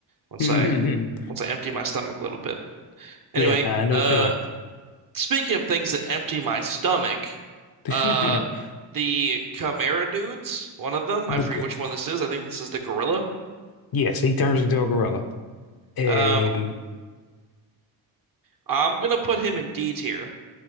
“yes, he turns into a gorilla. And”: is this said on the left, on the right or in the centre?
Left